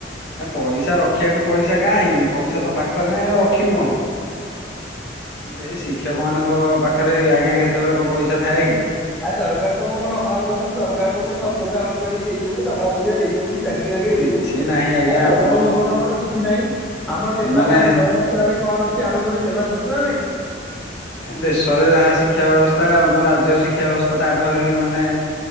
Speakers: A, on the left; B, in the centre.
A: ନା ପଇସା ରଖିବାକୁ ପଇସା କାଇଁ ପଇସା ତ ପାଖ ପାଖରେ ନାହିଁ ରଖିବୁ କଣ ଏଇ ଶିକ୍ଷକ ମାନଙ୍କ ପାଖ ଖରେ ଆ‌ଙ୍ଗା କେତୋବେଳେ କଣ ପଇସା ଥାଏ କି?
B: ଆ ସରକାର ତ ମୁଁ କଣ ଅଭାବ କରିଚନ୍ତି ସରକାର ତମକୁ ଛତ୍ର ଛାଉଣୀ କରି ଦେଇଚନ୍ତି ଟଙ୍କା ପଇସା ଦେଇଚନ୍ତି। ଚାକରି ବାକିରି
A: କିଛି
B: ଦେଇଚନ୍ତି।
A: ନାହିଁ ଆଜ୍ଞା
B: ଆଉ କେବଳ
A: ଆପଣ
B: ହେଗକ ଆମର କିଛି ନାହିଁ ଆମ ସେବାରେ
A: ମାନେ
B: ଆମ ଜଗନ୍ନାଥ ସେବାରେ କଣ ଅଛି। କି ଆମେ କୋଉଠି ସେବା କରୁଛୁ ନା ନାଇଁ?
A: ଦେଶରେ ଯାହା ଶିକ୍ଷା ବ୍ୟବସ୍ଥା ଆମ ରାଜ୍ୟ ଶିକ୍ଷା ବ୍ୟବସ୍ଥା ତାଠୁ ଆହୁରି ମାନେ